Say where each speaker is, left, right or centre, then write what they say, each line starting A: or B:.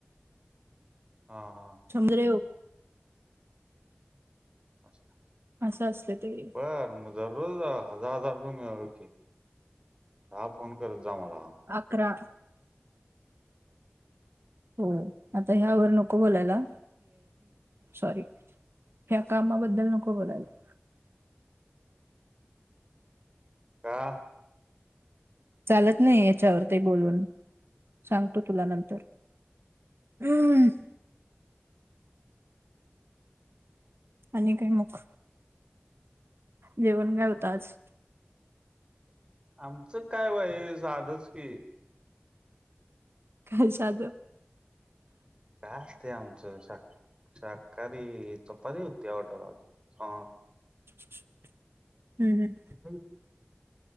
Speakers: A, on the right; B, on the right.
A: हा हा
B: सुंदरे <unintelligible>
A: अच्छा
B: असं असते ते रे
A: ब मग दररोज हजार हजार रुपये मिळत ओके हा फोन करत जा मला
B: करा हो आता ह्यावर नको बोलायला सॉरी ह्या कामाबद्दल नको बोलायला
A: का
B: चालत नाही याच्यावर ते बोलून सांगतो तुला नंतर अं <unintelligible> आणि काय मग जेवण काय होत आज
A: आमचं काय बाई साधच की
B: काय साध
A: काय असतय आमचं शाकाहारी चपाती होती ऑर्डर ह
B: हम्म हम्
A: ह